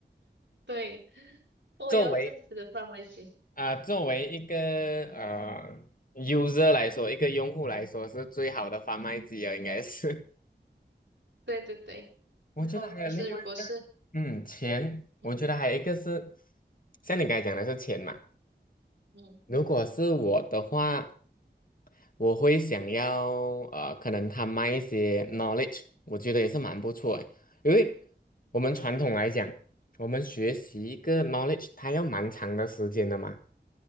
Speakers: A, on the right; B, on the left.
A: 对，我要这样子的范围型。
B: 作为啊、作为一个呃 user 来说，一个用户来说，是最好的贩卖机啊，应该是。
A: 对对对，
B: 我觉得还有另外一个，
A: 然后可是如果是
B: 嗯，钱，
A: 嗯
B: 我觉得还有一个是，像你刚才讲的是钱嘛。
A: 嗯
B: 如果是我的话，我会想要呃，可能他卖一些 knowledge，我觉得也是蛮不错的。因为我们传统来讲，我们学习一个 knowledge，它要蛮长的时间的嘛，